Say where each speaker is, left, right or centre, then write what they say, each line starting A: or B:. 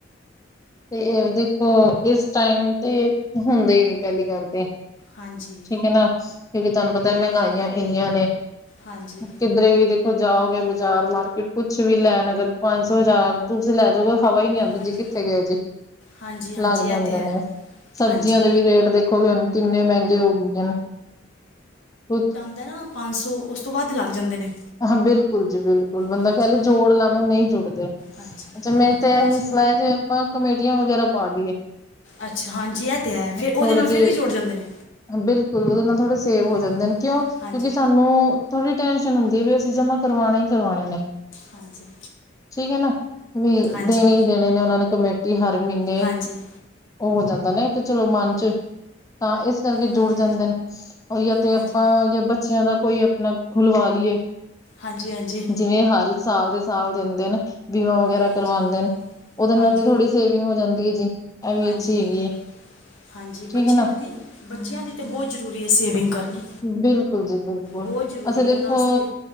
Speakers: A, on the left; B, on the left.
A: ਤੇ ਇਹ ਦੇਖੋ ਇਸ ਟਾਈਮ ਤੇ ਹੁੰਦੇ ਹੀ ਨੀ, ਪਹਿਲੀ ਗੱਲ ਤੇ
B: ਹਾਂਜੀ
A: ਠੀਕ ਹੈ ਨਾ, ਕਿਉਂਕਿ ਤੁਹਾਨੂੰ ਪਤਾ ਮਹਿੰਗਾਈਆਂ
B: ਹਾਂਜੀ
A: ਇੰਨੀਆਂ ਨੇ
B: ਹਾਂਜੀ
A: ਕਿਧਰੇ ਵੀ ਜਾਓਗੇ ਬਾਜ਼ਾਰ ਮਾਰਕੀਟ, ਕੁਛ ਵੀ ਲੈਣ ਅਗਰ ਪੰਜ ਸੌ ਹਜ਼ਾਰ ਤੁਸੀਂ ਲੈ ਜਾੋਗੇ ਹਵਾ ਨੀ ਆਉਂਦੀ
B: ਹਾਂਜੀ
A: ਜੀ, ਕਿਥੇ ਗਏ ਜੀ
B: ਹਾਂਜੀ ਹਾਂਜੀ
A: ਲੱਗ
B: ਇਹ
A: ਜਾਂਦੇ
B: ਤਾਂ ਹੈ
A: ਨੇ, ਸਬਜ਼ੀਆਂ
B: ਹਾਂਜੀ
A: ਦੇ ਵੀ ਰੇਟ ਦੇਖੋਗੇ ਹੁਣ ਕਿੰਨੇ ਮਹਿੰਗੇ ਹੋ ਗਈਆਂ, ਕੁਛ
B: ਦ ਨਾ ਪੰਜ ਸੌ, ਉਸ ਤੋਂ ਵੱਧ ਲੱਗ ਜਾਂਦੇ ਨੇ
A: ਹਾਂ ਬਿਲਕੁਲ ਜੀ ਬਿਲਕੁਲ ਬੰਦਾ
B: ਹਾਂਜੀ
A: ਕਹਿ ਲ ਜੋੜ ਲਵਾਂ ਨਹੀਂ ਜੁੜਦੇ ਅੱਛਾ
B: ਹਾਂਜੀ
A: ਮੇਰੀ ਤੇ ਇਹ
B: ਅੱਛਾ
A: ਵੀ ਸਲਾਹ ਹੈ, ਜੇ ਆਪਾਂ ਕਮੇਟੀਆਂ ਵਗੈਰਾ ਪਾ ਲਈਏ
B: ਅੱਛਾ ਹਾਂਜੀ ਇਹ ਤਾਂ ਹੈ, ਫਿਰ ਉਹਦੇ
A: ਥੋੜੇ
B: ਨਾਲ
A: ਜਿਹੇ
B: ਫਿਰ ਵੀ ਜੁੜ ਜਾਂਦੇ ਨੇ
A: ਬਿਲਕੁਲ ਉਹਦੇ ਨਾਲ ਥੋੜ੍ਹੇ ਸੇਵ
B: ਹਾਂ,
A: ਹੋ ਜਾਂਦੇ ਨੇ, ਕਿਉਂ ਕਿਉਂਕਿ
B: ਹਾਂਜੀ
A: ਸਾਨੂੰ ਥੋੜ੍ਹੀ ਟੈਂਨਸ਼ਨ ਹੁੰਦੀ ਹੈ, ਵੀ ਅਸੀਂ ਜਮਾ ਕਰਵਾਉਣਾ ਹੀ ਕਰਵਾਣੇ ਨੇ
B: ਹਾਂਜੀ
A: ਠੀਕ ਹੈ ਨਾ, ਵੀ
B: ਹਾਂਜੀ
A: ਦੇਣੇ ਹੀ ਦੇਣੇ ਨੇ ਉਹਨਾਂ ਨੂੰ ਕਮੇਟੀ ਹਰ ਮਹੀਨੇ
B: ਹਾਂਜੀ
A: ਉਹ ਹੋ ਜਾਂਦਾ ਨਾ, ਇੱਕ ਚਲੋ ਮਨ ਚ ਤਾਂ ਇਸ ਕਰਕੇ
B: ਹਾਂਜੀ
A: ਜੁੜ ਜਾਂਦੇ ਨੇ, ਔ ਜਾਂ ਤੇ
B: ਹਾਂਜੀ
A: ਆਪਾਂ
B: ਹਾਂਜੀ
A: ਜਾਂ ਬੱਚਿਆਂ ਦਾ ਕੋਈ ਨਾ ਖੁਲਵਾ ਲਈਏ
B: ਹਾਂਜੀ ਹਾਂਜੀ
A: ਜਿਵੇਂ ਹਰ ਸਾਲ ਦੇ ਸਾਲ ਦਿੰਦੇ ਨ, ਬੀਮਾ ਵਗੈਰਾ
B: ਹਾਂਜੀ
A: ਕਰਵਾਉਂਦੇ ਨ ਉਹਦੇ
B: ਹਾਂਜੀ
A: ਨਾਲ ਵੀ ਥੋੜ੍ਹੀ ਸੇਵਿੰਗ ਹੋ ਜਾਂਦੀ ਹੈ ਜੀ, ਇਹ ਵੀ
B: ਹਾਂਜੀ
A: ਅੱਛੀ ਹੈਗੀ ਹੈ
B: ਹਾਂਜੀ
A: ਠੀਕ
B: ਬੱਚਿਆਂ
A: ਹੈ ਨਾ
B: ਦੀ ਬੱਚਿਆਂ ਦੀ ਤੇ ਬਹੁਤ ਜ਼ਰੂਰੀ ਹੈ ਸੇਵਿੰਗ ਕਰਨੀ
A: ਬਿਲਕੁਲ ਜੀ ਬਿਲਕੁਲ
B: ਬਹੁਤ ਜ਼ਰੂਰੀ
A: ਅੱਛਾ ਦੇਖੋ
B: ਐ, ਉਹਨਾਂ ਆਸਤੇ